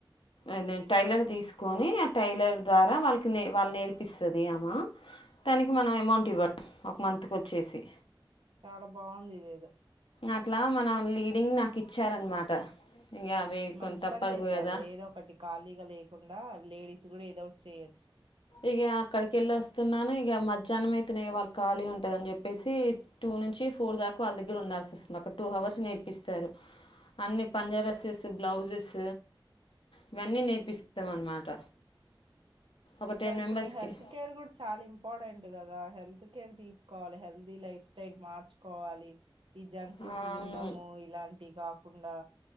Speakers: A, on the left; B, on the right.
A: అదే టైలర్ తీసుకొని ఆ టైలర్ ద్వారా వాళ్ళకి నే వాళ్ళకి నేర్పిస్తుంది. అమ్మ దానికి మనం అమౌంట్ ఇవ్వాలి ఒక మంత్ కి వచ్చేసి
B: చాలా బాగుంది ఇదేదో
A: అట్లా మన లీడింగ్ నాకు ఇచ్చారనమాట ఇక అవి
B: ఉ
A: కొంత
B: మంచి
A: తప్పదు
B: పని చేసావులే
A: కదా
B: ఏదో ఒకటి ఖాళీగా లేకుండా. లేడీస్ కూడా ఏదోటి చేయొచ్చు.
A: ఇగ అక్కడికి వెళ్ళి వస్తున్నాను. ఇగ మధ్యాహ్నం అయితేనే ఇవాళ ఖాళీగా ఉంటదని చెప్పేసి టూ నుంచి ఫోర్ దాకా వాళ్ళ దగ్గర ఉండాల్సి వస్తుంది. ఒక టూ అవర్స్ నేర్పిస్తారు. అన్ని పంజాబ్ డ్రెస్సెస్, బ్లౌజెస్ ఇవన్నీ నేర్పిస్తాం అన్నమాట. ఒక టెన్
B: మరి ఇప్పుడు
A: మెంబర్స్కి
B: నీ హెల్త్ కేర్ కూడా చాలా ఇంపార్టెంట్ గదా గా హెల్త్ కేర్ తీసుకోవాలి హెల్దీ లైఫ్ స్టైల్ మార్చుకోవాలి. ఈ జంక్ ఫుడ్స్
A: అవును
B: తినడము ఇలాంటి కాకు కుండా